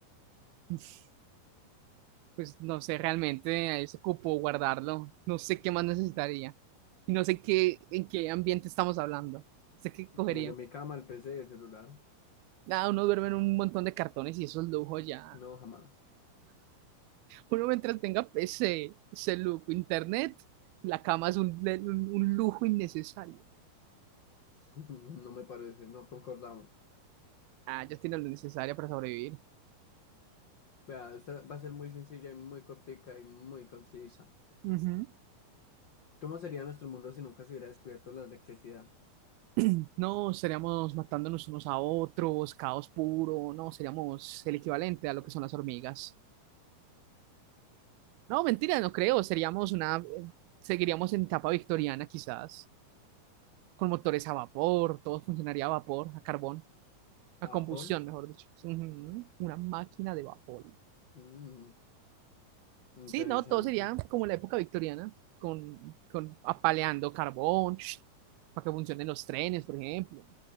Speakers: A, on the right; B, on the left.
A: <laughs> Pues no sé realmente a ese cupo guardarlo. No sé qué más necesitaría. Y no sé qué, en qué ambiente estamos hablando. Sé qué cogería.
B: No, yo mi cama, el PC y el celular.
A: Nada, uno duerme en un montón de cartones y eso es lujo ya.
B: No, jamás.
A: Uno mientras tenga ese, ese lujo, internet, la cama es un, un- un lujo innecesario.
B: <laughs> No me parece, no concordamos.
A: Ah, ya tiene lo necesario para sobrevivir.
B: Vea, esta va a ser muy sencilla y muy cortica y muy concisa.
A: Ujú.
B: ¿Cómo sería nuestro mundo si nunca se hubiera descubierto la electricidad?
A: <clears throat> No, seríamos matándonos unos a otros, caos puro, no, seríamos el equivalente a lo que son las hormigas. No, mentira, no creo. Seríamos una, eh, seguiríamos en etapa victoriana quizás, con motores a vapor, todo funcionaría a vapor, a carbón, a
B: ¿A
A: combustión,
B: Paul?
A: mejor dicho. Ujú, Una máquina de vapor.
B: Mm, interesante.
A: Sí, no, todo sería como la época victoriana, con, con apaleando carbón, sh, para que funcionen los trenes, por ejemplo.